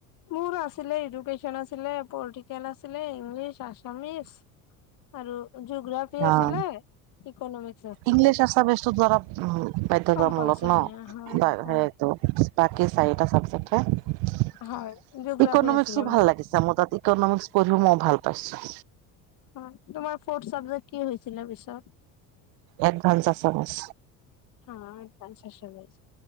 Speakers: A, on the left (about 55°); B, on the right (about 70°).
A: মোৰ আছিলে এডুকেশ্যন আছিলে পল্ট্ৰিকেল আছিলে ইংলিছ আছামিচ আৰু জিঅ'গ্ৰাফি
B: অ'।
A: আছিলে ইকনমিক
B: ইংলিছ আছামিজ টো ধৰা বাধ্যতামূলক
A: কম্পালচৰি
B: ন
A: হয়
B: বা
A: হয়
B: সেইটো বাকি চাৰিটা চাবজেক্টহে
A: হয় জিঅ'গ্ৰাফী
B: ইকনমিক্সটো
A: আছিলে
B: ভাল
A: মোৰ
B: লাগিছে মোৰ তাত ইকনমিক্স পঢ়িও মই ভাল পাইছো
A: হয় তোমাৰ ফৰ্থ চাবজেক কি হৈছিল পিচত
B: এডভানছ আছামিজ
A: হ এডভান্স আছামিজ